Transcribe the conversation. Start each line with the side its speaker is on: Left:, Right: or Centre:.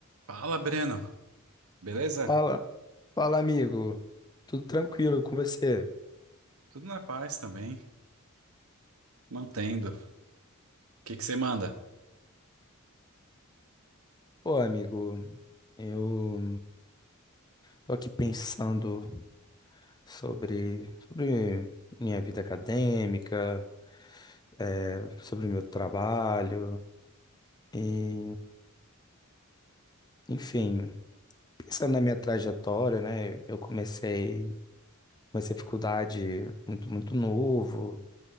Right: Fala, Breno. Beleza?
Left: Fala, fala, amigo. Tudo tranquilo com você?
Right: Tudo na paz também. Mantendo. O que que você manda?
Left: Pô, amigo, eu tô aqui pensando sobre, sobre minha vida acadêmica, é, sobre o meu trabalho, e, enfim, pensando na minha trajetória, né? Eu comecei, comecei a faculdade muito, muito novo,